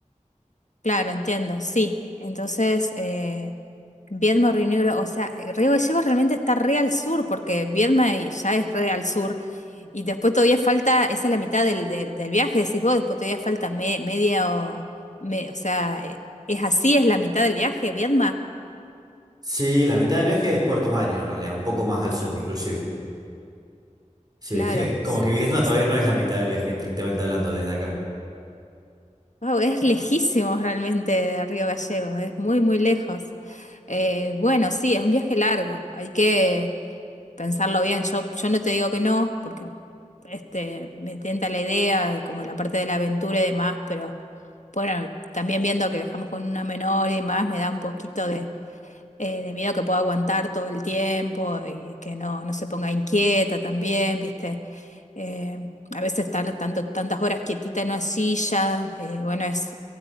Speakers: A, on the left; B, on the right.
A: Claro, entiendo, sí. Entonces, eh, Viedma, Río Negro, o sea, eh, Río Gallegos realmente está re al sur, porque Viedma y- ya es re al sur, y después todavía falta, esa es la mitad del, del, del viaje, decís vos, después todavía falta me- media o, me- o sea, eh, es así, es la mitad del viaje, Viedma,
B: Sí, la mitad del viaje es Puerto Madryn en realidad, un poco más
A: Puerto,
B: al sur inclusive. Sí,
A: claro.
B: <laughs> como
A: S-
B: que Vietnam
A: s-
B: todavía no es la mitad del viaje, estrictamente hablando, desde acá.
A: Wow, es lejísimos realmente de Río Gallegos, es muy, muy lejos. Eh, bueno, sí, es un viaje largo, hay que... pensarlo bien. Yo, yo no te digo que no, porque este, me tenta la idea, como la parte de la aventura y demás, pero bueno, también viendo que dejamos con una menor y demás, me da un poquito de, eh, de miedo que pueda aguantar todo el tiempo y que no, no se ponga inquieta también, ¿viste? Eh, a veces estar tanto, tantas horas quietita en una silla, eh, bueno, es,